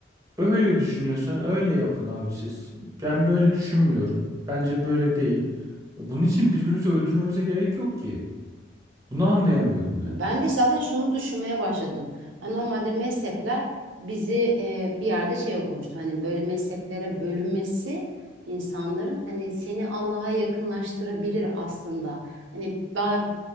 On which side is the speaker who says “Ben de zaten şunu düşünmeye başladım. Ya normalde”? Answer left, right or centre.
Right